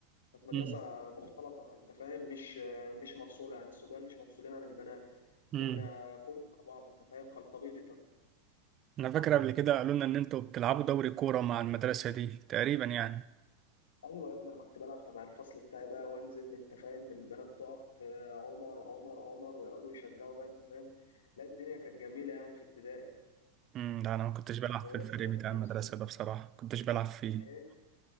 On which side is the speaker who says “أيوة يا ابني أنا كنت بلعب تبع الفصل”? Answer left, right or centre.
Left